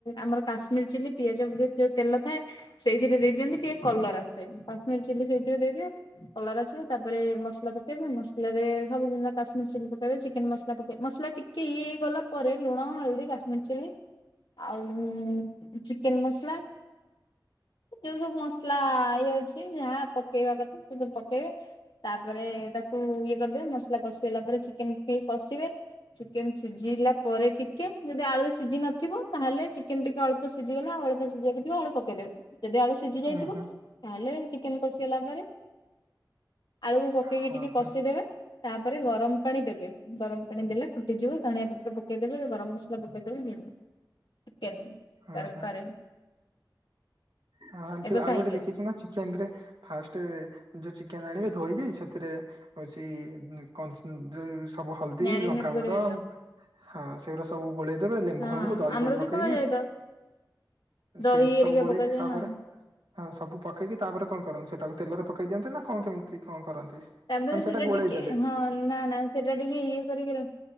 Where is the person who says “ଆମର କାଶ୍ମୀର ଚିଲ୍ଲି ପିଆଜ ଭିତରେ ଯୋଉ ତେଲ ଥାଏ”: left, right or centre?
Left